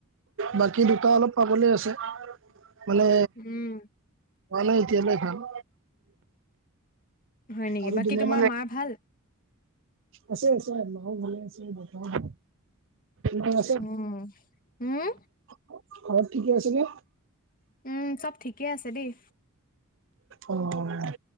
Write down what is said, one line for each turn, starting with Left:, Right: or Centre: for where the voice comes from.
Right: বাকী দুটা অলপ পাবলেই আছে। মানে
Left: উম,
Right: পোৱা নাই এতিয়ালৈ ভাল।
Left: হয় নেকি
Right: আৰু
Left: বাকী
Right: দুুমাহ
Left: তোমাৰ
Right: মাহ মানে-
Left: মাৰ ভাল?
Right: আছে আছে, মাও ভালে আছে দেউতাই ভালে, তোমাৰ আছে?
Left: উম উম
Right: ঘৰত ঠিকে আছেনে?
Left: উম' চব ঠিকে আছে দেই।
Right: অঁ অঁ অঁ।